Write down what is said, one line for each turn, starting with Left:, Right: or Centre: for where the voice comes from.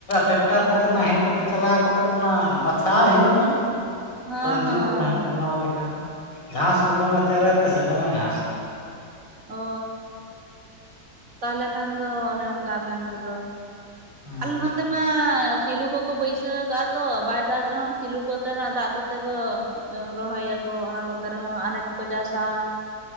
Left: ᱴᱮᱠᱴᱟᱨ ᱠᱚᱛᱮ ᱱᱟᱦᱮᱞ ᱠᱚᱛᱮ ᱪᱟᱞᱟᱣ ᱠᱟᱛᱮᱫ ᱚᱱᱟ ᱵᱟᱪᱷᱟᱣ ᱦᱩᱭᱩᱜᱼᱟ᱾
Right: ᱦᱮᱸ
Left: ᱥᱚᱵᱽᱡᱤ
Right: ᱦᱮᱸ
Left: ᱠᱚ ᱡᱟᱦᱟᱱᱟᱜ ᱠᱚᱨᱟᱣ ᱞᱮᱠᱷᱟᱱ ᱜᱷᱟᱥ ᱫᱚ ᱫᱚᱢᱮ ᱛᱮᱨᱮ ᱛᱮᱥᱮ ᱫᱚᱢᱮ ᱜᱷᱟᱥ᱾
Right: ᱚᱻ ᱛᱟᱦᱚᱞᱮ ᱠᱷᱟᱱ ᱫᱚ ᱚᱱᱮ ᱚᱱᱠᱟ ᱟᱯᱮ ᱚᱱᱛᱮ ᱫᱚᱼᱼ
Left: ᱦᱮᱸ
Right: ᱟᱞᱮ ᱱᱚᱛᱮᱼᱼ ᱱᱚᱛᱮ ᱢᱟ ᱥᱤᱞᱩ ᱠᱚᱠᱚ ᱵᱟᱹᱭᱥᱟᱹᱣ ᱠᱟᱜᱼᱟ ᱛᱚ ᱵᱟᱭ ᱫᱟᱜ ᱨᱮᱦᱚᱸ ᱥᱤᱞᱩ ᱠᱚᱛᱮ ᱱᱟᱜ ᱫᱟᱜ ᱠᱚᱛᱮ ᱠᱚᱼᱼ ᱨᱚᱦᱚᱭᱟᱠᱚ ᱚᱱᱟ ᱠᱚᱛᱮ ᱨᱮᱦᱚᱸ ᱟᱱᱟᱡᱽ ᱠᱚᱠᱚ ᱪᱟᱥᱟ